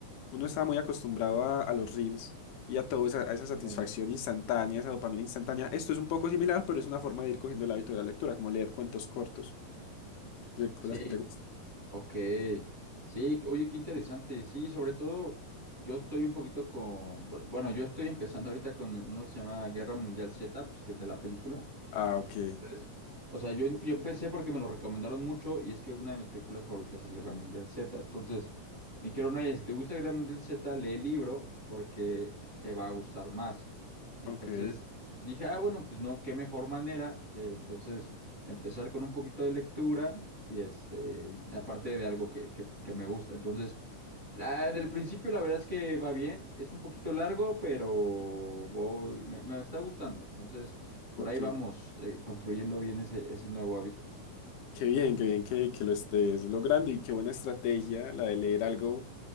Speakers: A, on the left; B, on the right.
A: uno estaba muy acostumbrado a, a los reels y a toda esa, a esa satisfacción
B: Claro.
A: instantánea, esa dopamina instantánea. Esto es un poco similar, pero es una forma de ir cogiendo el hábito de la lectura, como leer cuentos cortos de cosas
B: Sí,
A: que te gustan.
B: Ok, sí, oye, qué interesante, sí, sobre todo yo estoy un poquito con, bueno, yo estoy empezando ahorita con uno que se llama Guerra Mundial Z, pues que es de la película,
A: Ah, ok,
B: entonces, o sea, yo, em, yo empecé porque me lo recomendaron mucho y es que una de mis películas favoritas es Guerra Mundial Z. Entonces, me dijeron, oye, si te gusta Guerra Mundial Z, lee el libro porque te va a gustar más. Entonces,
A: ok.
B: dije, ah, bueno, pues no, qué mejor manera que entonces empezar con un poquito de lectura y este,
A: Mm,
B: aparte de algo que, que- que me gusta. Entonces, la, en el principio la verdad es que va bien, es un poquito largo, pero voy, me me está gustando. Entonces por
A: ok.
B: ahí vamos eh, construyendo bien ese, ese nuevo hábito.
A: Qué bien, qué bien que, que lo estés logrando y qué buena estrategia la de leer algo